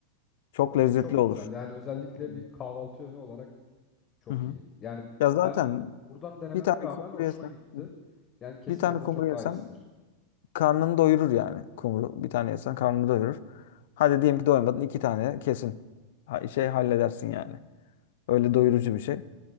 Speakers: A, on the left; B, on the left.
A: Çok
B: Abi,
A: lezzetli
B: Çok
A: olur.
B: güzel. Yani özellikle
A: Hmm.
B: bir kahvaltı yönü olarak çok
A: Hı hı.
B: iyi. Yani
A: Ya zaten
B: ben buradan denememe
A: bir tane
B: rağmen
A: kumru
B: hoşuma
A: yesen,
B: gitti.
A: Hı hı.
B: Yani kesin
A: bir tane
B: orada
A: kumru
B: çok
A: yesen
B: daha iyisidir.
A: Karnını doyurur yani kumru. Bir tane yesen karnını doyurur. Hadi diyelim ki doymadın iki tane kesin. Ha- Şey halledersin yani. Öyle doyurucu bir şey.